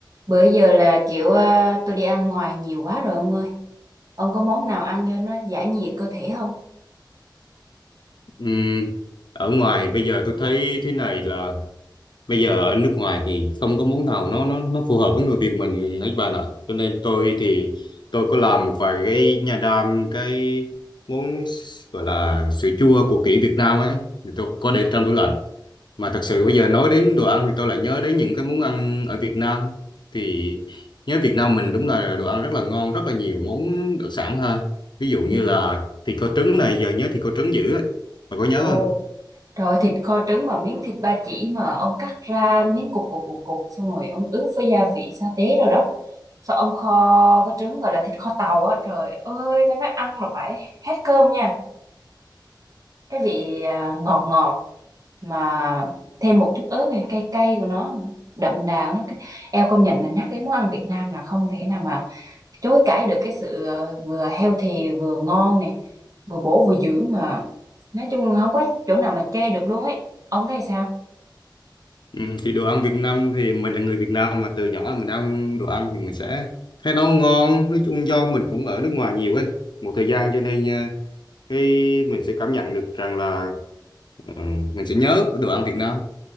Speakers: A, on the right (about 45°); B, on the left (about 65°).
A: Bữa giờ là kiểu ờ, tôi đi ăn ngoài nhiều quá rồi ông ơi. Ông có món nào ăn cho nó giải nhiệt cơ thể không?
B: Ừm, ở ngoài bây giờ tôi thấy thế này là bây giờ ở nước ngoài thì không có món nào nó nó nó phù hợp với người Việt mình hết bạn ạ cho nên tôi thì tôi có làm một vài cái nhà đam cái món gọi là sữa chua của kỷ Việt Nam ấy thì tôi có để trong tủ lạnh mà thật sự bây giờ nói đến đồ ăn thì tôi lại nhớ đến những cái món ăn ở Việt Nam thì nhớ Việt Nam mình đúng là đồ ăn rất là ngon rất là nhiều món đặc sản ha ví dụ như
A: Ừ.
B: là thịt kho trứng này giờ nhớ thịt kho trứng dữ á bạn có nhớ
A: Ồ,
B: không
A: trời ơi, thịt kho trứng mà miếng thịt ba chỉ mà ông cắt ra miếng cục cục cục cục xong rồi ông ướp với gia vị sa tế rồi đó. Sao ông kho với trứng gọi là thịt kho tàu á. Trời ơi, tôi nói ăn là phải hết cơm nha. Cái vị à, ngọt ngọt mà thêm một chút ớt này, cay cay của nó nữa, đậm đà của nó. Cái... Eo công nhận là nhắc đến món ăn Việt Nam là không thể nào mà chối cãi được cái sự ờ, vừa healthy vừa ngon nè vừa bổ vừa dưỡng mà nói chung không có chỗ nào mà chê được luôn ấy ông thấy sao
B: Ừ, thì đồ ăn Việt Nam thì mình là người Việt Nam mà từ nhỏ mình ăn đồ ăn thì mình sẽ thấy nó ngon nói chung do mình cũng ở nước ngoài nhiều ấy một thời gian cho nên à, cái mình sẽ cảm nhận được rằng là ừ, mình sẽ nhớ cái đồ ăn Việt Nam